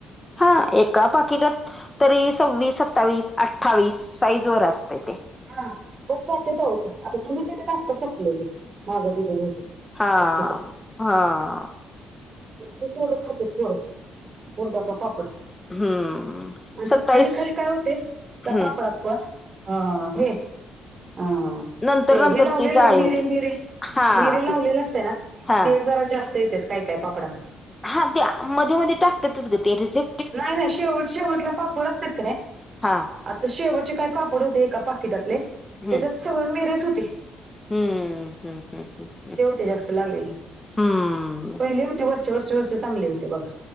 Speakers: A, on the left; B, on the right.
A: हा एका पाकिटात तरी सव्वीस सत्तावीस अठ्ठावीस साईज वर असते ते.
B: हा पण जाते तर होती आता तुम्ही दिले ना आता संपले ते मागं दिलेली होती ते.
A: हांम
B: पाकिट
A: हां.
B: ते तेवढं खातेत पोरं उडदाचा पापड.
A: हम्म
B: आणि
A: सत्तावीस
B: ते खाली खाली काय होते त्या
A: हम्म
B: पापडात पण अ हे आं.
A: नंतर
B: ते
A: नंतर
B: हे लावलेलं
A: ती जाळी
B: हो मिरे
A: होती
B: मिरे
A: हा
B: लावलेलं
A: ते
B: असत्या ना
A: हा
B: ते जरा जास् त येतेत काय काय पापडांना.
A: हा द्या मध्ये मध्ये टाकतातच गं ते रिजे
B: नाय नाय शेवट शेवटला पापड असत्यात क नाय
A: हा
B: आता शेवटचे काय पापड होते एका पाकिटातले
A: हम्म
B: त्याच्यात सगळे मिरेच होते.
A: हम्म हम्म हम्म हम्म.
B: ते जास्त लागलेले
A: हम्म
B: पहिले होते वरचे वरचे वरचे चांगले होते बघा.